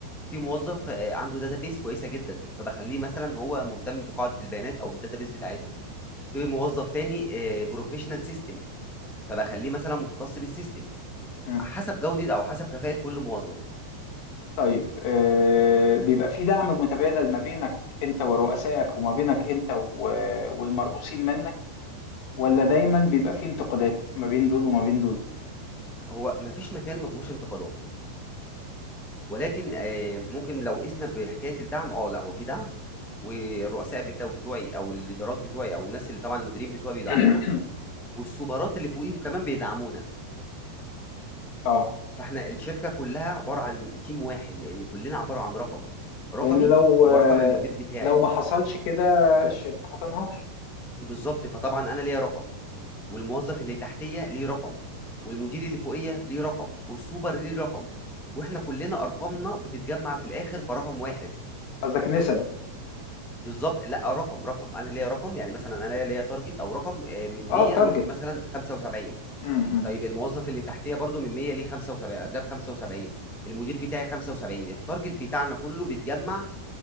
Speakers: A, in the centre; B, on the left.
A: في موظف آه، عنده داتابيس كويسه جدا فبخليه مثلا هو مهتم بقاعده البيانات او بالداتابيس بتاعتنا في موظف تاني بروفيشنال سيستم فبخليه مثلا مختص بالسيستم
B: مم.
A: حسب جوده او حسب كفاءه كل موظف
B: طيب آه بيبقى في دعم متبادل ما بينك انت ورؤسائك وما بينك انت و- والمرؤوسين منك ولا دايما بيبقى في انتقادات ما بين دول وما بين دول
A: هو ما فيش مكان ما فيهوش انتقادات ولكن آه، ممكن لو قسنا بحكايه الدعم اه لا هو في دعم والرؤساء بتاع بتوعي او الادارات بتوعي او الناس اللي طبعا المديرين بتوعي بيدعمونا
B: <coughs> <clears throat>
A: والسوبرات اللي فوقيهم كمان بيدعمونا
B: اه
A: فاحنا الشركه كلها عباره عن تيم واحد لان كلنا عباره عن رقم رقمي
B: لان لو
A: هو
B: آه،
A: رقم المدير بتاعي
B: لو ما حصلش كده الشركة هتنهار
A: بالظبط فطبعا انا ليا رقم والموظف اللي تحتيه ليه رقم والمدير اللي فوقيه ليه رقم والسوبر ليه رقم واحنا كلنا ارقامنا بتتجمع في الاخر كرقم واحد
B: قصدك نسب
A: بالظبط لا رقم رقم انا ليا رقم يعني مثلا انا ليا تارجت او رقم آه، من
B: اه
A: 100
B: تارجت
A: ممكن مثلا 75
B: امم
A: طيب الموظف اللي تحتيه برضو من 100 ليه 75 جاب 75 المدير بتاعي 75 التارجت بتاعنا كله بيتجمع